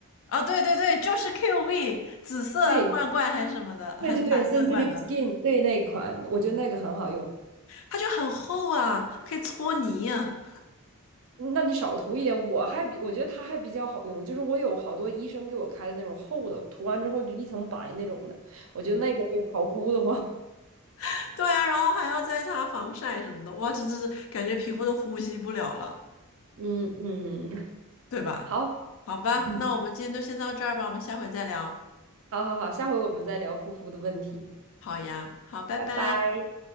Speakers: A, on the left; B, on the right.
A: 啊，对对对，就是 QV 紫色罐罐还是什么的，
B: 对。对对对，Sensitive
A: 还是蓝色罐的。
B: Skin，对那款，我觉得那个很好用。
A: 它就很厚啊，可以搓泥呀。
B: 嗯那你少涂一点，我还比我觉得它还比较好用，就是我有好多医生给我开的那种厚的，涂完之后就一层白那种的，我觉得那个就好箍得慌。<laughs>
A: <laughs> 对啊，然后还要再擦防晒什么的，哇，这这是感觉皮肤都呼吸不了了，
B: 嗯嗯，
A: 对吧？
B: 好，
A: 好吧，
B: <laughs>
A: 那我们今天就先到这儿吧，我们下回再聊。
B: 好好好，下回我们再聊护肤的问题，
A: 好呀，好，拜拜。
B: 拜拜。